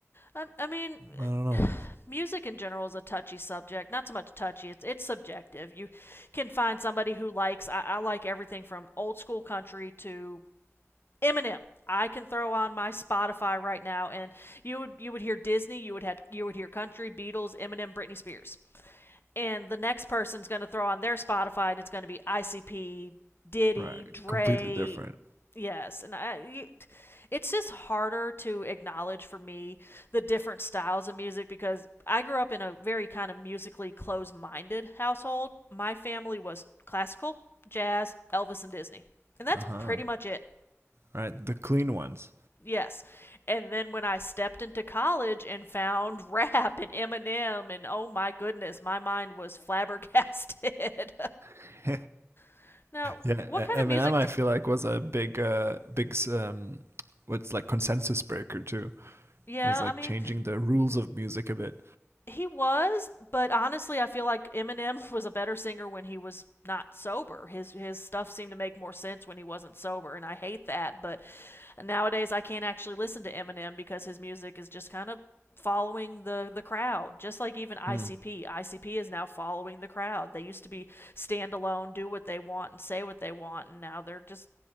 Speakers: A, on the left (about 50°); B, on the right (about 60°).
A: I, I mean,
B: I don't know.
A: music in general is a touchy subject. Not so much touchy; it's it's subjective. You can find somebody who likes. I, I like everything from old school country to Eminem. I can throw on my Spotify right now, and you would you would hear Disney, you would had you would hear country, Beatles, Eminem, Britney Spears and the next person's going to throw on their Spotify, and it's going to be ICP, Diddy,
B: Right.
A: Dre.
B: Completely different.
A: Yes, and I, it's just harder to acknowledge for me the different styles of music because I grew up in a very kind of musically closed-minded household. My family was classical, jazz, Elvis, and Disney, and that's
B: Uh huh.
A: pretty much it.
B: Right. The clean ones.
A: Yes. And then when I stepped into college and found <laughs> rap and Eminem, and oh my goodness, my mind was flabbergasted.
B: <laughs> <laughs>
A: <laughs> now,
B: Yeah, E-
A: what kind
B: Eminem,
A: of music
B: I
A: did.
B: feel like was a big, uh, big, um, what's like consensus breaker too.
A: Yeah,
B: It was like
A: I mean,
B: changing the rules of music a bit.
A: He was, but honestly, I feel like Eminem <laughs> was a better singer when he was not sober. His his stuff seemed to make more sense when he wasn't sober, and I hate that. But nowadays, I can't actually listen to Eminem because his music is just kind of following the the crowd just like even ICP
B: Hmm.
A: ICP is now following the crowd they used to be standalone do what they want and say what they want and now they're just